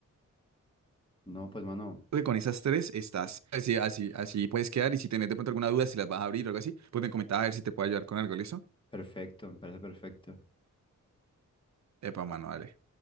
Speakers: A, on the left; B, on the right.
A: No, pues, mano,
B: que con esas tres estás. Así, así, así puedes quedar. Y si tenés de pronto alguna duda, si las vas a abrir o algo así, pues me comentaba a ver si te puedo ayudar con algo, ¿listo?
A: perfecto, me parece perfecto.
B: Epa, mano, dale.